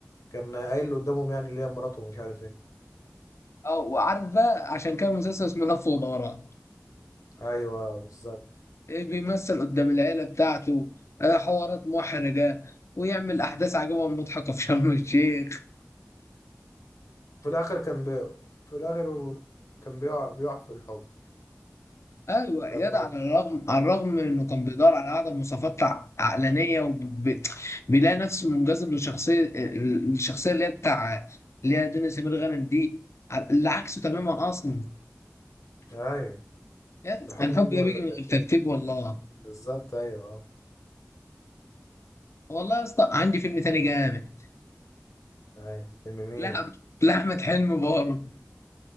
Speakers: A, on the left (about 80°); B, on the left (about 60°).
A: كان قايل قدامهم يعني اللي هي مراته ومش عارف إيه
B: اه وعارف بقى عشان كان المسلسل اسمه لف ودوران
A: أيوة بالظبط
B: إيه، بيمثل قدام العيلة بتاعته آه، حوارات محرجة ويعمل أحداث عجيبة ومضحكة في شرم الشيخ
A: في الآخر كان بي... في الآخر هو كان بيقع بيقع في الحب
B: ايوه
A: رغم
B: اياد على الرغم على الرغم من انه كان بيدور على اعلى مواصفات ع- عقلانيه وبيلاقي نفسه منجذب لشخصيه ال- الشخصيه اللي هي بتاع اللي هي دنيا سمير غانم دي ع- اللي عكسه تماما اصلا
A: أيوة
B: يا-
A: الحب
B: الحب
A: بيجي
B: ده
A: من
B: بيجي
A: غير
B: من
A: ترتيب
B: الترتيب والله
A: بالظبط أيوة أه
B: والله يا اسطى عندي فيلم تاني جامد
A: اي فيلم مين
B: لا لاحمد حلمي برضه